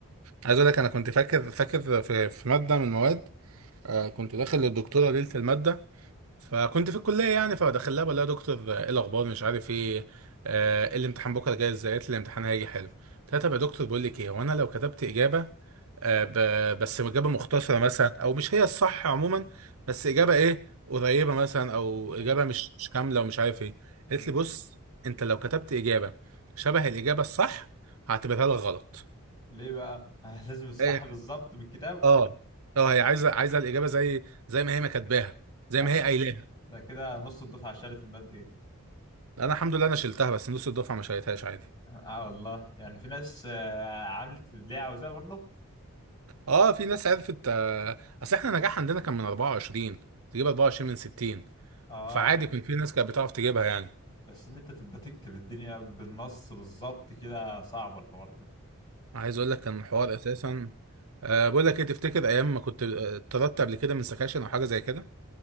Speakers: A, on the right; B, on the left.
A: عايز اقول لك انا كنت فاكر فاكر في في ماده من المواد آه، كنت داخل للدكتوره ليله الماده فكنت في الكليه يعني فدخل لها بقول لها دكتور آه، ايه الاخبار مش عارف ايه آه إيه الامتحان بكره جاي ازاي قالت لي الامتحان هيجي حلو قلت لها طب يا دكتور بقول لك ايه وانا لو كتبت اجابه آه ب... بس اجابه مختصره مثلا او مش هي الصح عموما بس اجابه ايه قريبه مثلا او
B: أيوه
A: اجابه مش مش كامله ومش عارف ايه
B: مم.
A: قالت لي بص انت لو كتبت اجابه شبه الاجابه الصح هعتبرها لك غلط
B: ليه بقى؟ <laughs> لازم الصح
A: ايه
B: بالظبط من الكتاب
A: اه اه هي عايزه عايزه الاجابه زي زي ما هي ما كاتباها زي
B: طب
A: ما هي قايلاها
B: ده كده نص الدفعة شالت المادة دي
A: انا الحمد لله انا شلتها بس نص الدفعه ما شالتهاش عادي
B: اه والله يعني في ناس آه، عملت اللي هي عاوزاه برضه
A: اه في ناس عرفت آه، اصل احنا النجاح عندنا كان من 24 تجيب 24 من 60
B: اه
A: فعادي كان في ناس كانت بتعرف تجيبها يعني
B: بس ان انت تبقى تكتب الدنيا بالنص بالظبط كده صعب الحوار ده
A: عايز اقول لك كان الحوار اساسا أه بقول لك ايه تفتكر ايام ما كنت آه، اتطردت قبل كده من سكاشن او حاجه زي كده